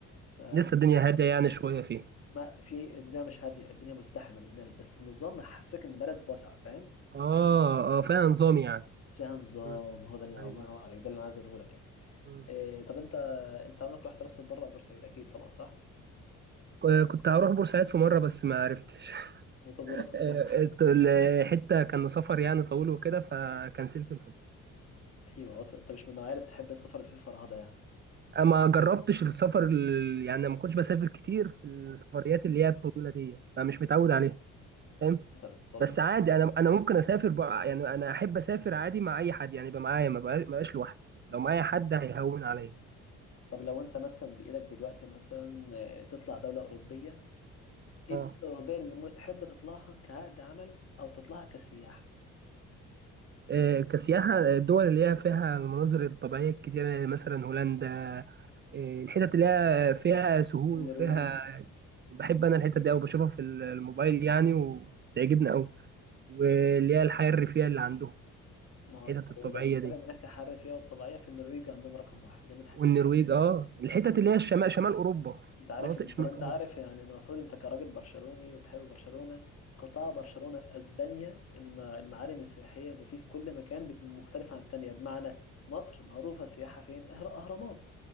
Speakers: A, on the left; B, on the right.
A: ف
B: لسه الدنيا هاديه يعني شويه فيها
A: ما في الدنيا مش هادية الدنيا مزدحمة بالناس بس النظام حسسك إن بلد واسعة فاهم
B: اه اه فيها نظام يعني
A: فيها نظام
B: مم.
A: هو ده اللي
B: ايوه
A: الله ينور عليك ده اللي أنا عايز أقوله لك يعني
B: مم.
A: إيه طب أنت أنت عمرك رحت راس البر أو بورسعيد أكيد طبعا صح
B: ك- كنت هروح بورسعيد في مرة بس ما عرفتش
A: وطب
B: <laughs>
A: وراس البر
B: الحتة كان سفر يعني طويل وكده فكنسلت الحتة
A: أيوه وصل أنت مش من النوعية اللي بتحب السفر اللي فيه فرهدة يعني
B: آه، ما جربتش السفر ال- يعني ما كنتش بسافر كتير في السفريات اللي هي الطويله دي فمش متعود عليها فاهم
A: وصلت وصلت
B: بس عادي انا انا ممكن اسافر بقى يعني انا احب اسافر عادي مع اي حد يعني يبقى معايا ما بقاش ما بقاش لوحدي لو معايا حد هيهون عليا
A: طب لو أنت مثلا بإيدك دلوقتي مثلا آه، تطلع دولة أوروبية إيه
B: اه
A: الدولة الأوروبية اللي ممكن تحب تطلعها كعقد عمل أو تطلعها كسياحة
B: آه، كسياحه الدول اللي هي فيها المناظر الطبيعيه الكتير مثلا هولندا إيه، الحتت اللي هي فيها سهول
A: النرويج
B: وفيها بحب انا الحتت دي أوي بشوفها في الموبايل يعني وتعجبني أوي واللي هي الحياة الريفية اللي عندهم
A: ما هو
B: الحتت
A: انت
B: الطبيعية
A: لو بتتكلم
B: دي
A: من ناحية الحرية فيها والطبيعية في النرويج عندهم رقم واحد ده من حيث
B: والنرويج اه الحتت
A: عندك
B: اللي هي الشمال شمال أوروبا
A: انت عارف
B: مناطق
A: ان
B: شمال
A: طب انت
B: أوروبا
A: عارف يعني ان المفروض انت كراجل برشلوني وبتحب برشلونة قطاع برشلونة في اسبانيا الم- المعالم السياحية اللي فيه في كل مكان بت- مختلفة عن التانية بمعنى مصر معروفة سياحة فين اهر- اهرامات